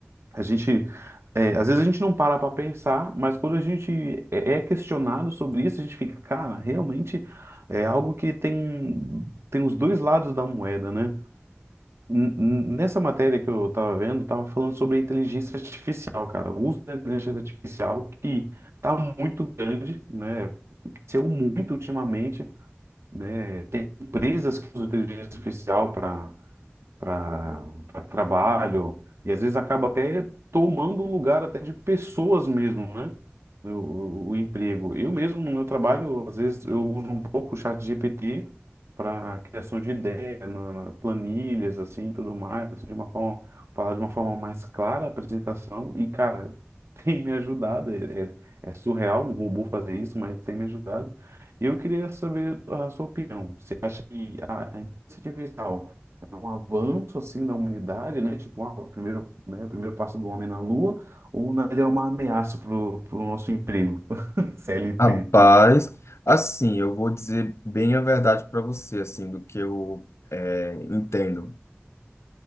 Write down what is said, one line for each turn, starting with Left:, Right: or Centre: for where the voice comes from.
Right: A gente, é, às vezes a gente não para para pensar, mas quando a gente é é questionado sobre isso, a gente fica, cara, realmente é algo que tem, tem os dois lados da moeda, né? N- n- Nessa matéria que eu estava vendo, tava falando sobre a inteligência artificial, cara. O uso da inteligência artificial que tá muito grande, né? Cresceu muito ultimamente, né? Tem empresas que usam inteligência artificial para para trabalho, e às vezes acaba até tomando o lugar até de pessoas mesmo, né? O, o, o emprego. Eu mesmo, no meu trabalho, às vezes eu uso um pouco o chat GPT para criação de ideia, na, na- planilhas, assim, tudo mais, assim, de uma forma, falar de uma forma mais clara a apresentação, e, cara, <laughs> tem me ajudado, é, é, é surreal um robô fazer isso, mas tem me ajudado. E eu queria saber a sua opinião. Você acha que a, a inteligência artificial um avanço assim da humanidade, né? Tipo, ah, o primeiro, né, o primeiro passo do homem na Lua, ou na verdade é uma ameaça pro, pro nosso emprego, <laughs> CLT.
Left: Rapaz, assim, eu vou dizer bem a verdade para você, assim, do que eu é, entendo.